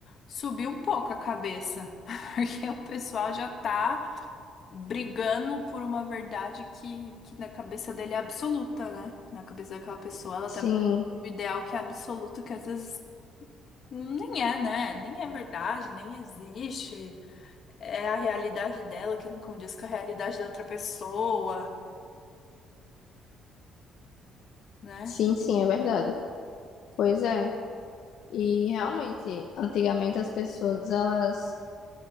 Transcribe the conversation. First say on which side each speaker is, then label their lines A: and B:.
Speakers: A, on the left; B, on the left.
A: subiu um pouco a cabeça, <laughs> porque o pessoal já tá brigando por uma verdade que, que na cabeça dele é absoluta, né? Na cabeça daquela pessoa, ela
B: Sim,
A: tá brigando por um ideal que é absoluto, que às vezes nem é, né? Nem é verdade, nem existe é a realidade dela que não condiz com a realidade da outra pessoa, né?
B: sim, sim, é verdade. Pois é. E realmente, antigamente as pessoas elas